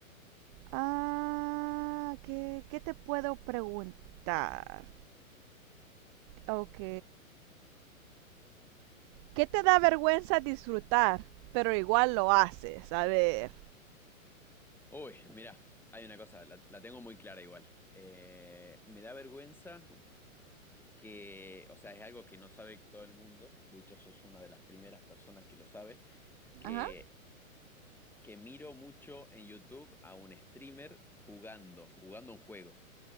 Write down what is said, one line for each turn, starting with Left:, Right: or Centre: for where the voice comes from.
Right: Ah, ¿qué, qué te puedo preguntar? Ok. ¿Qué te da vergüenza disfrutar? Pero igual lo haces, a ver.
Centre: Uy, mira, hay una cosa, la, la tengo muy clara igual. Eh, me da vergüenza que, o sea, es algo que no sabe todo el mundo, de hecho, sos una de las primeras personas que lo sabe, que
Right: Ajá.
Centre: que miro mucho en YouTube a un streamer jugando, jugando un juego.